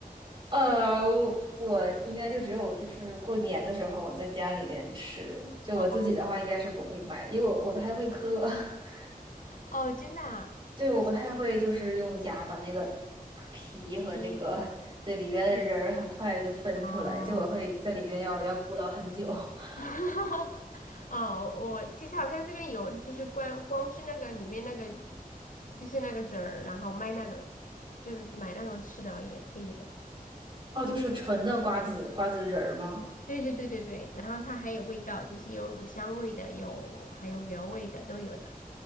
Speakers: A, on the right; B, on the left.
A: 呃，我我应该就只有就是过年的时候在家里边吃，就我自己的话应该是不会买，
B: <laughs> 哦。
A: 因为我我不太会嗑。<laughs>
B: 哦，真的啊，
A: 对，我不太会，
B: 好像
A: 就是用牙把那个皮和那个对里边的仁儿很快就分出来，
B: 其次哦，
A: 就我会在里边要要鼓捣很久。<laughs>
B: <laughs> 哦，我其实好像这边有，就是光光是那个里面那个，就是那个籽儿，然后卖那种，就是买那种吃的也可以的。
A: 哦，就是纯的瓜子瓜子仁儿吗？
B: 对对对对对，然后它还有味道，就是有乳香味的，有还有原味的都有的。